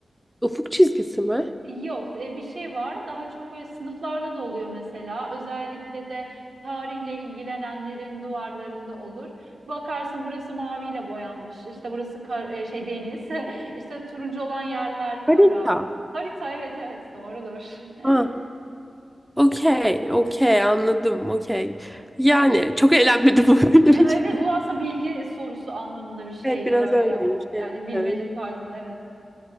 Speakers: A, in the centre; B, on the right.
A: Ufuk çizgisi mi?
B: Yok, e, bir şey var. Daha çok böyle sınıflarda da oluyor mesela. Özellikle de tarihle ilgilenenlerin duvarlarında olur. Bakarsın burası maviyle boyanmış. İşte burası kar- e, şey deniz. <laughs> İşte turuncu olan yerler kara.
A: Harita.
B: Harita evet evet doğrudur. <laughs>
A: Ha, Okey, okey anladım, okey. Yani çok eğlenmedim bu <laughs>
B: Evet
A: yüzden.
B: bu aslında bilgi sorusu anlamında bir şeydi
A: Evet biraz
B: böyle.
A: öyleymiş.
B: O,
A: Evet,
B: yani bilmece
A: evet.
B: tarzında evet.